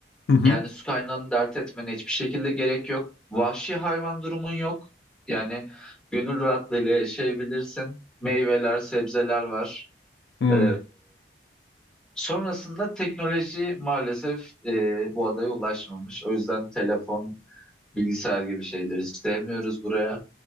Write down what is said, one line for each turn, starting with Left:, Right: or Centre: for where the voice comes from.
Left: Hı hı.
Centre: Yani su kaynağını dert etmene hiçbir şekilde gerek yok. Vahşi hayvan durumun yok. Yani gönül rahatlığıyla yaşayabilirsin. Meyveler, sebzeler var.
Left: Hı.
Centre: E, sonrasında teknoloji maalesef e, bu adaya ulaşmamış. O yüzden telefon, bilgisayar gibi şeyleri istemiyoruz buraya.